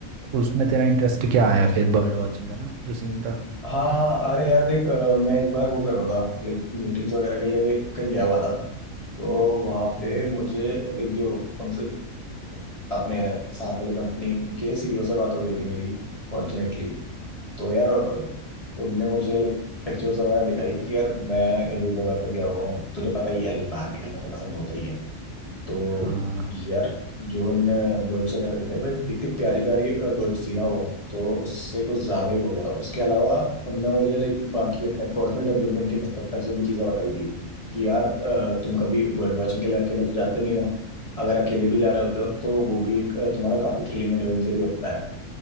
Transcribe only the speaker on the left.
हाँ अरे यार देख अ, मैं एक बार वो कर रहा था लाइक मीटिंग्स वगैरह के लिए कहीं गया हुआ था तो वहाँ
पे मुझे लाइक जो उनसे अपने साथ वाली कंपनी के सीईओ से बात हो गई थी मेरी फॉर्चुनेटली तो यार अ, उनने मुझे लाइक पिक्चर्स वगैरह दिखाई कि यार मैं इस जगह पे गया हुआ हूँ तुझे पता ही है लाइक बाहर निकलना तो पसंद होता ही है तो
यार जो बर्ड्स वगैरह दिखाई भाई इतनी प्यारी प्यारी बर्ड्स थी ना वो तो उससे कुछ ज्यादा ही हो गया था उसके अलावा उनने मुझे लाइक बाकी अपने पर्सनल डेवलपमेंट के पर्सपेक्टिव से भी चीजें बताई थी कि यार अ, तुम कभी बर्ड वॉचिंग के लिए अकेले तो जाते नहीं हो अगर अकेले भी जा रहे होते हो तो वो भी एक अ, तुम्हारा काफी थ्रिलिंग एडवेंचर ही होता है